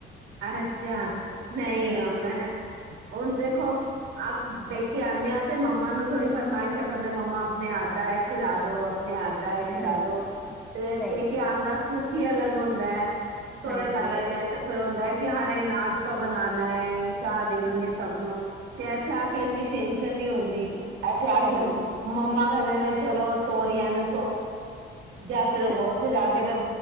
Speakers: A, on the right; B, in the centre.
A: ਅੱਛਾ। ਨਈ
B: ਹਾਂ
A: <inaudible> ਮੈਂਹ, ਹੁਨ ਦੇਖੋ ਆਹ ਪੇਕੇ
B: ਹਾਂ
A: ਆਨੇ ਆ ਤੇ ਮੰਮਾ ਨੂੰ। ਥੋੜੀ ਫਰਮਾਇਸ਼ਾ ਕਰਦੇ ਮੰਮਾ ਅਪਨੇ ਹੱਥ ਦਾ ਐ ਖਿਲਾ ਦੋ। ਅਪਨੇ ਹੱਥ ਦਾ ਏਹ ਖਿਲਾ
B: ਹਾਂ
A: ਦੋ, ਤੇ
B: ਸਹੀ
A: ਪੇਕੇ
B: ਹੈ
A: ਆਨ ਦਾ ਸੁੱਖ ਹੀ ਅਲੱਗ ਹੋਂਦਾ ਐ ਸੋਏ
B: ਹਾਂਜੀ
A: ਕਾਰਨ
B: ਇਹ ਤਾਂ
A: ਐ ਤੇ ਫੇਰ <inaudible> ਨਾਸ਼ਤਾ ਬਨਾਨਾ ਏ। ਚਾਹ ਦੇਨੀ
B: ਹਾਂ
A: ਏ ਸਭ ਨੂੰ, ਤੇ ਐਥੇ ਆ ਕੇ <inaudible> <inaudible> ਨੀ ਹੋਂਦੀ ਐਥੇ ਆ
B: ਸਹੀ
A: ਕੇ ਹੁਨ ਮੰਮਾ <inaudible> ਚਲੋ <inaudible> ਸੋ ਲੇਨ ਜਾ
B: ਹੈ
A: ਫੇਰ ਹੋਰ ਓਥੇ ਜਾ ਕੇ ਤੇ <inaudible> <inaudible>